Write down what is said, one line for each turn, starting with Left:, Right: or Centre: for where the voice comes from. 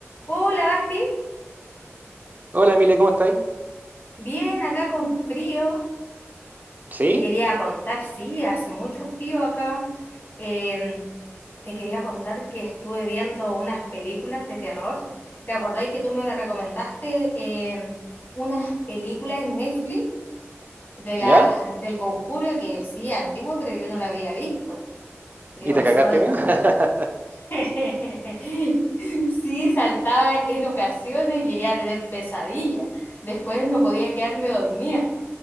Left: Hola, Basti.
Right: Hola, Emile, ¿cómo estáis?
Left: Bien, acá con frío.
Right: ¿Sí?
Left: Te quería contar, sí, hace mucho frío acá. Eh, te quería contar que estuve viendo unas películas de terror. ¿Te acordáis que tú me recomendaste eh, unas películas en Netflix de las
Right: ¿Ya?
Left: del Conjuro que sí, antigua, pero yo no la había visto? Pero,
Right: ¿Y te
Left: ¿sabes?
Right: cagaste miedo? <laughs>
Left: <laughs> Sí, saltaba en ocasiones, llegué a tener pesadillas. Después no podía quedarme dormida.